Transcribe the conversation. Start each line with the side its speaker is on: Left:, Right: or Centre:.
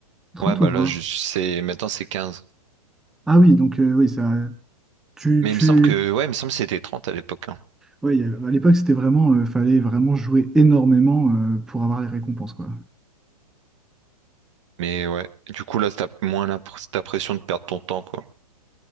Centre: trente
Right: Ouais, bah
Centre: ou 20.
Right: là, je sais, maintenant, c'est quinze
Centre: Ah oui, donc euh, oui, ça... Tu,
Right: Mais
Centre: tu...
Right: il me semble que, ouais, il me semble que c'était trente à l'époque. hein.
Centre: Ouais, il y avait- à l'époque, c'était vraiment... euh, fallait vraiment jouer énormément euh, pour avoir les récompenses, quoi.
Right: Mais ouais, du coup, là, t'as moins la... pr- t'as pression de perdre ton temps, quoi.